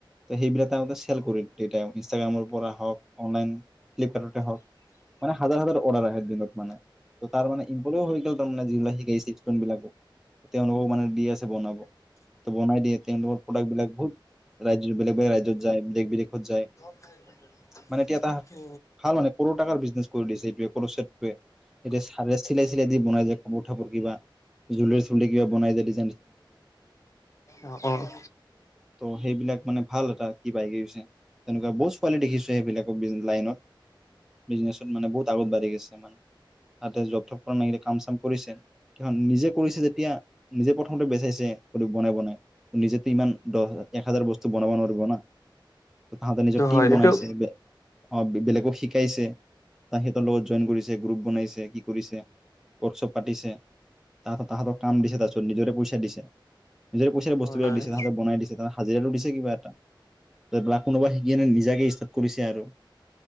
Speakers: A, in the centre; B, on the left.
A: ত, সেইবিলাক তহতে চেল কৰি ইনষ্টাগ্ৰামৰ পৰা হওক অনলাইন ফ্লিপকাৰ্টতে হওক মানে হাজাৰ, হাজাৰ অৰ্ডাৰ আহে দিনত মানে। ত, তাৰ মে, ই্প হৈ গ'ল তাৰ মে যিলাক শিক বিলাকক তেওঁলোকক মানে দি আছে বনাব। ত, বনাই দিয়ে। তেওঁলোকৰ প্ৰডাক্ট বিলাক বহুত ৰাজ্য বেলেগ, বেলেগ ৰাজ্যত যায় দেশ, বিদেশত যায়।
B: <inaudible>
A: মানে এতিয়া এটা
B: অ
A: ভাল মানে কৰ টকাৰ বিজনেছ কৰি দিছে, এইটোৱে, কৰটোৱে। এতিয়া চাৰে চিলাই, চিলাই দি বনাই যায়। কাপোৰ, কাপোৰ কিবা জুল, চুলি কিবা, বনাই যায় দি
B: অ', অ'।
A: ত, সেইবিলাক মানে ভাল এটা কি বাই গৈছে, তেনেকুৱা বহুত চোৱালী দেখিছো। <unintelligible> বেলেগত লাইনত, বিজনেছত মানে বহুত আগত বাঢ়ি গেছে মানে, সিহঁতে জব কাম, চাম কৰিছে, নিজে যেতিয়া নিজে প্ৰমতে বেছে, বনাই, বনাই নিজ ইমান দহ এক হাজাৰ বস্তু ব বনাব নোৱাৰিব না, ত' তাহঁতে নিজৰ টীম
B: হয়
A: বনাইছে,
B: এইটো
A: অ', বেলেগ আকৌ, শিকাইছে। তাহিতৰ লগত জইন কৰিছে, গ্ৰুপ বনাইছে, কি, কৰিছে ৱৰ্কশ্বপ পাতিছে। তাহাঁ, তাহাঁত কাম দিছে, তাৰ পিছত নিজৰে পইচা দিছে, নিজৰে পইচাৰে বস্তুবিলাক
B: হয় হয়
A: দিছে তাহাঁতে বনাই দিছে। তাহ হাজিৰাটো দিছে কিবা এটাক কোনোবা শিকি ন, নিজাকে কৰিছে আৰু